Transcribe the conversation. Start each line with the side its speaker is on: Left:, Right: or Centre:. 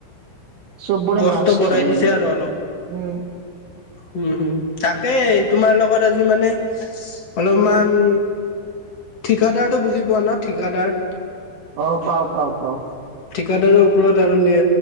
Right: চববৰে
Left: কষ্ট
Right: মাস্ক
Left: বঢ়াই
Right: ধৰে,
Left: দিছে আৰু অলপ
Right: উম'।
Left: উম উম' তাকেই তোমাৰ লগত আজি মানে- অলমান ঠিকাদাৰটো বুজি পোৱা ন ঠিকাদাৰ?
Right: অঁ পাওঁ পাওঁ পাওঁ।
Left: ঠিকাদাৰৰ ওপৰত আৰু